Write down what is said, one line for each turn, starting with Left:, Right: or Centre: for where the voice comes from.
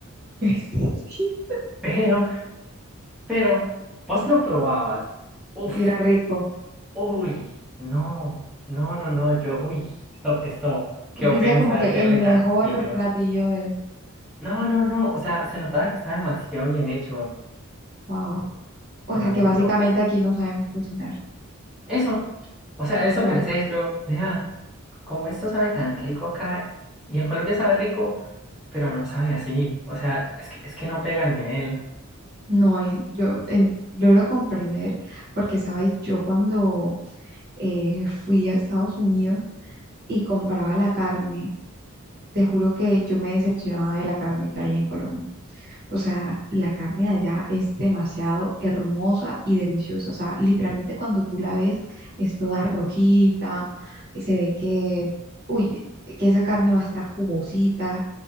Right: <laughs>
Centre: Pero, pero, vos lo probabas. Uf.
Right: Era rico.
Centre: Uy, no, no, no, no, yo, uy, esto, esto, qué ofensa
Right: Dice como que
Centre: decirle
Right: el mejor
Centre: calentillo.
Right: platillo del...
Centre: No, no, no, o sea, se notaba que estaba demasiado bien hecho,
Right: Wow.
Centre: pero
Right: O sea
Centre: mucho.
Right: que básicamente aquí no sabemos cocinar.
Centre: Eso, o sea,
Right: Total.
Centre: eso pensé yo, nea, como esto sabe tan rico acá, y en Colombia sabe rico, pero no sabe así, o sea, es que, es que no pega el nivel.
Right: No es, yo en- logro comprender porque, sabes, yo cuando eh, fui a Estados Unidos y compraba la carne, te juro que yo me decepcionaba de la carne que hay en Colombia. O sea, la carne de allá es demasiado hermosa y deliciosa. O sea, literalmente cuando tú la ves es toda rojita, y se ve que, uy, que esa carne va a estar jugosita.